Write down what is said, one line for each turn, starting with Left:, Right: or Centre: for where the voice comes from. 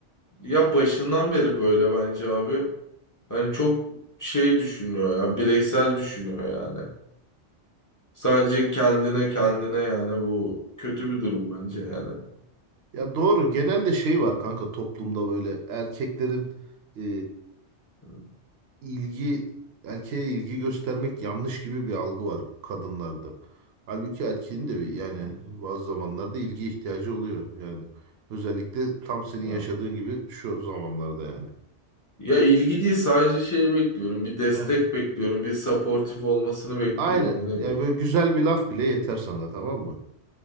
Left: Ya başından beri böyle bence abi. Hani çok şey düşünüyor ya, bireysel düşünüyor yani. Sadece kendine kendine yani bu kötü bir durum bence yani.
Right: Ya doğru genelde şey var kanka toplumda böyle erkeklerin e,
Left: Hı,
Right: ilgi erkeğe ilgi göstermek yanlış gibi bir algı var kadınlarda. Halbuki erkeğin de bir- yani
Left: hı,
Right: bazı zamanlarda ilgi ihtiyacı oluyor yani. Özellikle tam senin
Left: hı.
Right: yaşadığın gibi şu zamanlarda yani.
Left: Ya ilgi değil sadece şey bekliyorum, bir destek
Right: Heh.
Left: bekliyorum, bir supportif olmasını bekliyorum
Right: Aynen.
Left: hani.
Right: Yani böyle güzel bir laf bile yeter sana tamam mı?